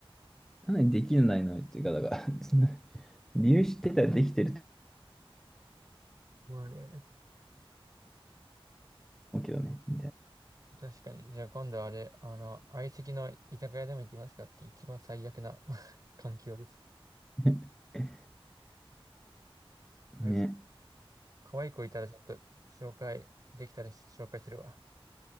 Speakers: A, in the centre; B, on the right.
A: なのにできないのよっていうか、だから、<laughs> そんな、理由知ってたらできてると
B: まあね。
A: 思うけどね、みたい
B: 確かに。じゃあ今度あれ、あの、相席の居酒屋でも行きますかって一番最悪な <laughs> 環境です。
A: な。<laughs>
B: あれ、
A: ね、
B: 可愛い子いたらちょっと紹介できたら紹介するわ。